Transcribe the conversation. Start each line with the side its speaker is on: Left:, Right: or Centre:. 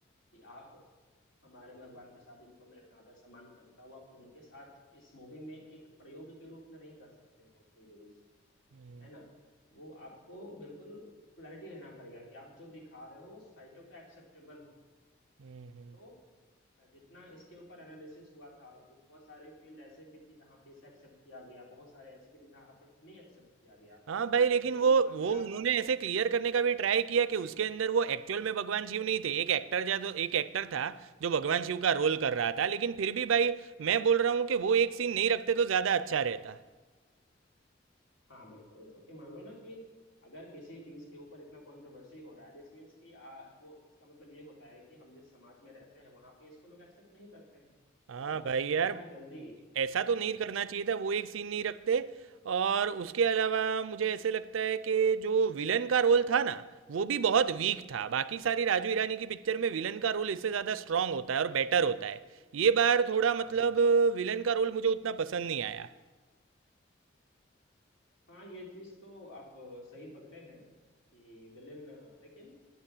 Left: कि आप हमारे भगवान के साथ जिनको मैं इतना आदर सम्मान करता हूँ आप उनके साथ इस मूवी में एक प्रयोग के रूप में नहीं कर सकते हैं उसको यूज
Right: हम्म,
Left: है ना वो आपको बिल्कुल क्लैरिटी रहना पड़ेगा कि आप जो दिखा रहे हो वो सोसाइटी को एक्सेप्टेबल हो
Right: हम्म, हम्म।
Left: तो जितना इसके ऊपर एनालिसिस हुआ था वो बहुत सारे फील्ड ऐसे भी थी जहाँ पे इसे एक्सेप्ट किया गया बहुत सारे ऐसे भी थे जहाँ पे नहीं एक्सेप्ट किया गया
Right: हाँ भाई लेकिन
Left: लेकिन
Right: वो
Left: अगर
Right: वो
Left: आप
Right: उन्होंने ऐसे क्लियर करने का भी ट्राई किया कि उसके अंदर वो एक्चुअल में भगवान शिव नहीं थे एक एक्टर जा तो एक एक्टर था जो भगवान शिव का रोल
Left: हाँ
Right: कर रहा था लेकिन फिर भी भाई मैं बोल रहा हूँ कि वो एक सीन नहीं रखते तो ज़्यादा अच्छा रहता
Left: हाँ बिल्कुल क्योंकि मान लो ना कि अगर किसी चीज के ऊपर इतना कंट्रोवर्सी हो रहा है दिस मीन्स कि आ, वो इसका मतलब ये होता है कि हम जिस समाज में रहते हैं वहां पे इसको लोग एक्सेप्ट नहीं करते हैं
Right: हाँ
Left: और
Right: भाई यार
Left: जितना जल्दी
Right: ऐसा तो
Left: हम्म
Right: नहीं करना चाहिए था वो एक सीन नहीं रखते और उसके अलावा मुझे ऐसे लगता है कि जो विलन का रोल था ना वो भी बहुत वीक था बाकी सारी राजू ईरानी की पिक्चर में विलन का रोल इससे ज़्यादा स्ट्रांग होता है और बेटर होता है ये बार थोड़ा
Left: हाँ
Right: मतलब विलन का रोल मुझे उतना पसंद नहीं आया
Left: हाँ ये चीज तो आप अ, सही पकड़े हैं कि विलेन लेकिन